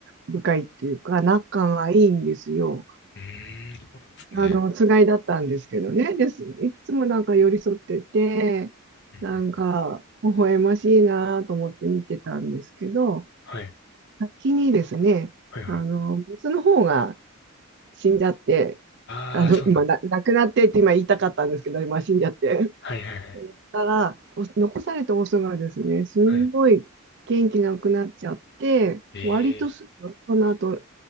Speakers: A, on the right; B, on the left.
A: 深いっていうか、仲がいいんですよ。
B: うーん、そうなんですね。
A: あの、つがいだったんですけどね。です。いつもなんか寄り添ってて、
B: うんうん
A: なんか、微笑ましいなと思って見てたんですけど、
B: はい、
A: 先にですね、
B: はい、はい。
A: あの、メスの方が死んじゃって、
B: ああ、
A: あの、
B: そうなんです。
A: まあ、な、亡くなってって今言いたかったんですけど、まあ、死んじゃって。
B: はい、はい、はい。
A: えーたら、お残されたオスがですね、すんごい元気なくなっちゃって、
B: はい。ええ
A: 割とすぐ、その後